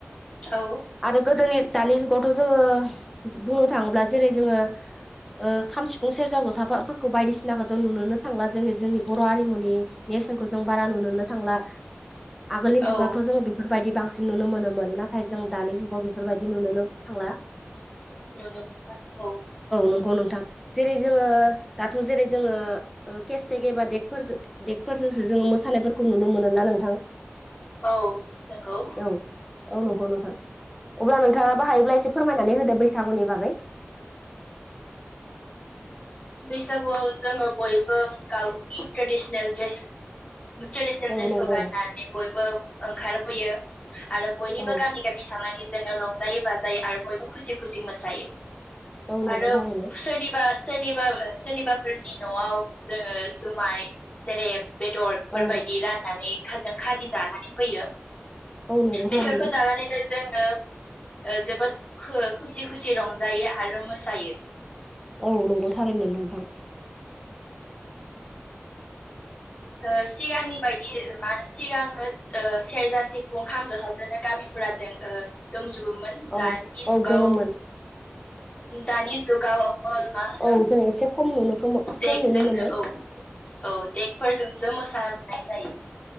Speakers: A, on the left; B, in the centre.
A: औ
B: आरो गोदोनि दानि जुगावथ' जोङो बुंनो थाङोब्ला जेरै जोङो ओ खाम, सिफुं, सेरजा, जथाफोरखौ बायदिसिनाखौ जों नुनोनो थांब्ला जोङो जोंनि बर' हामुनि ने रसोनखौ जों बारा नुनोनो थांला, आगोलनि
A: औ
B: जुगावथ' जों बेफोरदि बांसिन बांसिन नुनो मोनोमोन नाथाय जों दानि जुगाव बेफोरबायदि नुोनो थांला।
A: नुनो मोना औ
B: नंगौ औ नोंथां जेरै जोङो दाथ' जेरै जोङो केसे एबा देकफोर देकफोरजोंसो जोङो मोसानायफोरखौ नुनो मोनो ना नोंथां?
A: औ नंगौ
B: औ औ नंगौ नों अब्ला नोंथाङाबो हायोब्ला एसे फोरमायनानै होदो बैसागुनि बागै <inaudible>
A: बैसागुआव जोङो बयबो गावनि ट्रेडिसनेल ड्रेस ट्रेडिसनेल
B: औ
A: ड्रेसखौ
B: नंगौ
A: गाननानै बयबो ओंखारबोयो। आरो बयनिबो
B: औ
A: गामि-गामि थांनानै जोङो रंजायो बाजायो आरो बयबो खुसि-खुसि मोसायो।
B: औ नंगौ
A: आरो
B: थारैनो
A: सोरनिबा सोरनिबा सोरनिबाफोरनि न'आव जोङो जुमाय सेरेब बेदर बेफोरबायदि
B: औ
A: राननानै खाजों खाजि जानानै फैयो।
B: औ नंगौ थारैनो
A: बेफोरखौ जानानैनो जोङो जोबोद खुसि-खुसि रंजायो आरो मोसायो।
B: औ नंगौ थारैनो नोंथां। <inaudible>
A: ओ सिगांनि बायदि मा होनो ओ सिगाङो सेरजा, सिफुं, खाम, जथाजोंनो गामिफोरा जों ओ गोम जुबोमोन
B: औ
A: दानि
B: औ
A: जुगाव
B: गोमोमोन
A: दानि जुगाव ओ मा होनो
B: औ जों एसे खम नुनो खम
A: देकजोंनो
B: नुनो मोनो
A: औ औ दे खैजनसो मोसनाय जायो?